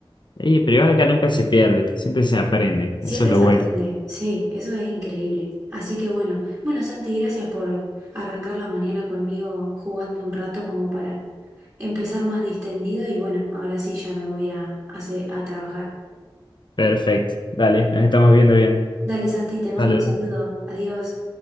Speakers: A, on the left; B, on the right.
A: Y, pero igual acá nunca se pierde, siempre se aprende,
B: Siempre
A: eso es lo
B: se
A: bueno.
B: aprende, sí, eso es increíble. Así que bueno, bueno, Santi, gracias por arrancar la mañana conmigo jugando un rato como para empezar más distendido y bueno, ahora sí ya me voy a, a, se- a trabajar.
A: Perfecto, dale, nos estamos viendo bien.
B: Dale, Santi, te mando
A: Saludos.
B: un saludo. Adiós.